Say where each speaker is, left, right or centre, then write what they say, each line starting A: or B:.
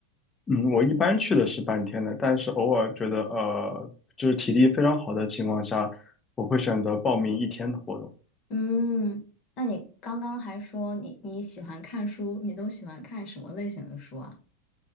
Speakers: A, on the left (about 20°); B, on the left (about 40°).
A: 嗯，我一般去的是半天的，但是偶尔觉得呃，就是体力非常好的情况下，我会选择报名一天的活动。
B: 嗯，那你刚刚还说你你喜欢看书，你都喜欢看什么类型的书啊？